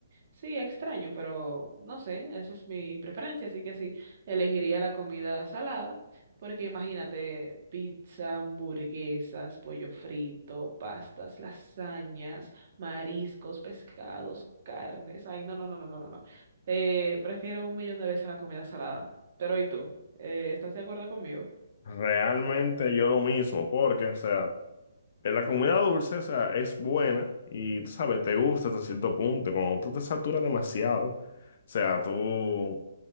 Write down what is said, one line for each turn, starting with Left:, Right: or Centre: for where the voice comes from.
Right: Sí, extraño, pero no sé, esa es mi preferencia, así que sí, elegiría la comida salada porque imagínate pizza, hamburguesas, pollo frito, pastas, lasañas, mariscos, pescados, carnes. Ay, no, no, no, no, no, no. no. Eh, prefiero un millón de veces la comida salada. Pero ¿y tú? Eh, ¿estás de acuerdo conmigo?
Left: Realmente yo lo mismo, porque, o sea. eh, La comida dulce, o sea, es buena y, tú sabes, te gusta hasta cierto punto. Cuando tú te saturas demasiado, o sea, tú,